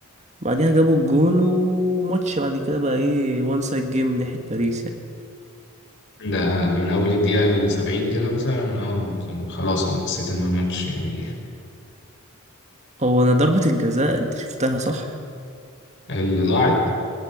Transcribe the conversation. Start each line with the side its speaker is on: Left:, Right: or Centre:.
Right: بعدها جابوا الجون وماتش بعد كده بقى ايه وان سايد جيم من ناحية باريس يعني
Left: ده من اول الدقيقه ال 70 كده مثلا اه كان خلاص انا حسيت ان الماتش يعني
Right: هو انا ضربة الجزاء انت شفتها صح؟
Left: اللي ضاعت